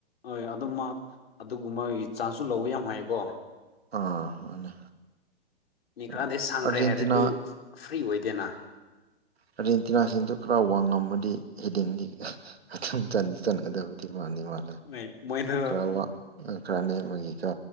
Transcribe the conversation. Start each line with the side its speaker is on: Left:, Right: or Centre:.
Left: ꯍꯣꯏ ꯑꯗꯨꯝꯃꯛ ꯑꯗꯨꯒꯨꯝꯕꯒꯤ ꯆꯥꯟꯁꯁꯨ ꯂꯧꯕ ꯌꯥꯝ ꯍꯥꯏꯌꯦꯀꯣ
Right: ꯑꯥ ꯃꯥꯅꯦ
Left: ꯃꯤ
Right: ꯀꯩꯅꯣ
Left: ꯈꯔꯗꯤ ꯁꯪꯈ꯭ꯔꯦ
Right: ꯑꯥꯔꯖꯦꯟꯇꯤꯅꯥ
Left: ꯍꯥꯏꯔꯗꯤ ꯐ꯭ꯔꯤ ꯑꯣꯏꯗꯦꯅ
Right: ꯑꯥꯔꯖꯦꯟꯇꯤꯅꯥꯁꯤꯡꯗꯨ ꯈꯔ ꯋꯥꯡꯉꯝꯃꯗꯤ ꯍꯦꯗꯤꯡꯗꯤ ꯑꯗꯨꯝ ꯆꯟꯗꯤ ꯆꯟꯒꯗꯕꯅꯤ ꯃꯥꯅꯤ ꯃꯥꯜꯂꯦ
Left: ꯍꯣꯏ ꯃꯣꯏꯗꯣ
Right: ꯈꯔ ꯋꯥ ꯈꯔ ꯅꯦꯝꯕꯒꯤ ꯀꯣ